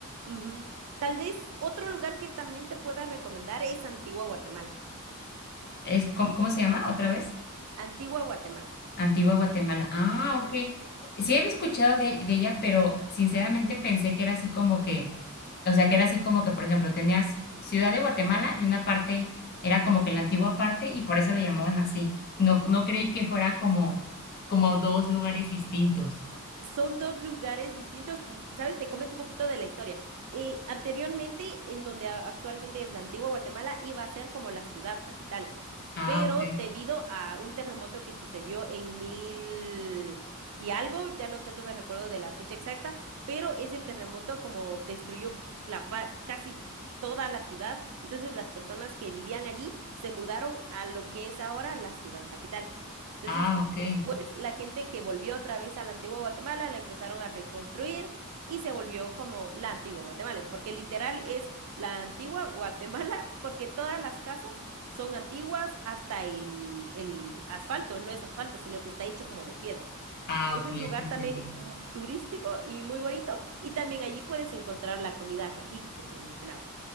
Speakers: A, on the right (about 70°); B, on the left (about 45°).
A: ujú. Tal vez otro lugar que también te pueda recomendar es Antigua Guatemala.
B: Es, ¿cómo, cómo se llama? ¿Otra vez?
A: Antigua Guatemala.
B: Antigua Guatemala. Ah,
A: Ajá.
B: ok. Sí había escuchado de, de ella, pero sinceramente pensé que era así como que O sea, que era así como que, por ejemplo, tenías Ciudad de Guatemala y una parte era como que la antigua parte y por eso le llamaban así. No, no creí que fuera como, como dos lugares distintos.
A: Son dos lugares distintos. ¿Sabes? Te comento un poquito de la historia. Eh, anteriormente, en donde a- actualmente es la antigua Guatemala, iba a ser como la ciudad capital,
B: Ah,
A: pero
B: ok.
A: debido a un terremoto que sucedió en mil y algo, ya no tanto me recuerdo de la fecha exacta, pero ese terremoto como destruyó la pa- casi toda la ciudad, entonces las personas que vivían allí se mudaron a lo que es ahora la ciudad capital. Entonces,
B: Ah, ok.
A: después la gente que volvió otra vez a la antigua Guatemala la empezaron a reconstruir y se volvió como la antigua Guatemala, porque literal es la antigua Guatemala, porque todas las casas son antiguas hasta el, el asfalto, no es asfalto, sino que está hecho como de piedras.
B: Ah,
A: Es
B: ok,
A: un
B: ya
A: lugar
B: te entendí.
A: también mm, turístico y muy bonito, y también allí puedes encontrar la comida caqui que te mencionaba.